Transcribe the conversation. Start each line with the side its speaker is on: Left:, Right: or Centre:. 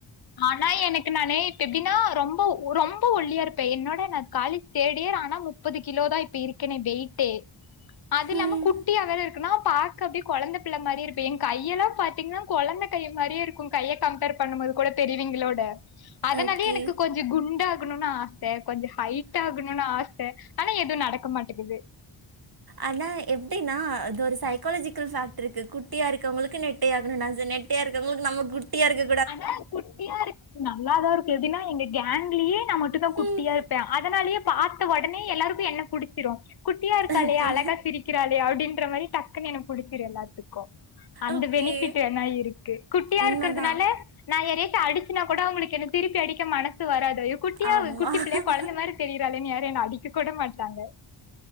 Left: ஆனா எனக்கு நானே இப்ப எப்டி னா ரொம்ப ரொம்ப ஒல்லியா இருப்பே என்னோட நா காலேஜ் தேட் இயர் ஆனா முப்பது கிலோ தா இப்டி இருக்கனே வெயிட்டே அது இல்லாம
Right: ம்
Left: குட்டியா வேற இருக்கேனா பா க்க அப்டியே கொழந்த பிள்ள மாரியே இருப்பே எ கையெல்லா பாத்தீங்கன்னா கொழந்த கை மாரியே இருக்கு கைய கம்பேர் பண்ணும்போது கூட பெரியவிங்களோட அதனாலயே
Right: ஓகே
Left: எனக்கு கொஞ்சோ குண்டாகணுன்னு ஆ ச கொஞ்சோ ஹைட் ஆகணுன்னு ஆச ஆனா எதுவு நடக்க மாட்டேங்கிது
Right: ஆனா எப்டின்னா அது ஒரு சைக்காலஜிக்கல் ஃபேக்ட்ரு இருக்கு குட்டியா இருக்கவங்களுக்கு நெட் ட்டையாகணுனு ஆச நெட்டையா இருக்கவங்களுக்கு நம்ம குட்டியா இருக்க
Left: ஆனா குட்டியா இருக்கு நல்லாதா இருக்கு எப்டினா எங்க கேங்க்லியே நா மட்டுந்தா குட்டியா
Right: ம்
Left: இருப்பே அதனாலயே பாத்த ஒடனே எல்லாருக்கு என்ன புடிச்சிரு குட்டியா இருக்காலே
Right: ஓகே
Left: அழகா சிரிக்கறாளே அப்டின்ற மாரி டக்குன்னு என புடிச்சிரு எல்லாத்துக்கோ அந்த
Right: ஓகே
Left: பெனிஃபிட் வேன்னா இருக்கு குட்டியா
Right: உண்மைதான்
Left: இருக்கிறதுனால நா ஏதேச்ச அடிச்சுனா கூட அவங்களுக்கு என்ன திருப்பி அடிக்க மனசு வராது குட்டியா
Right: ஆமாம்
Left: குட்டி பிள்ளையா கெழந்த மாரி தெரிறாலேன்னு யாரு என்ன அடிக்க கூட மாட்டாங்க